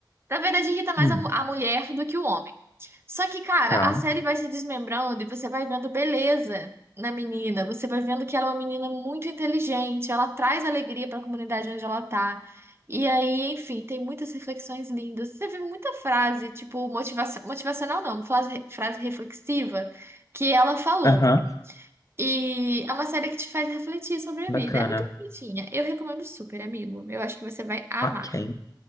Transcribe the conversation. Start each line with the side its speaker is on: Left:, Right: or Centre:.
Right: Na verdade, irrita mais
Left: Hum,
Right: a, mu- a mulher do que o homem. Só que, cara,
Left: tá.
Right: a série vai se desmembrando e você vai vendo beleza na menina. Você vai vendo que ela é uma menina muito inteligente, ela traz alegria pra comunidade onde ela tá. E aí, enfim, tem muitas reflexões lindas. Você vê muita frase, tipo, motivaci- motivacional não, frase, frase reflexiva que ela falou.
Left: Aham.
Right: E é uma série que te faz refletir sobre a
Left: Bacana.
Right: vida. É muito bonitinha. Eu recomendo super, amigo. Eu acho que você vai amar.
Left: Ok.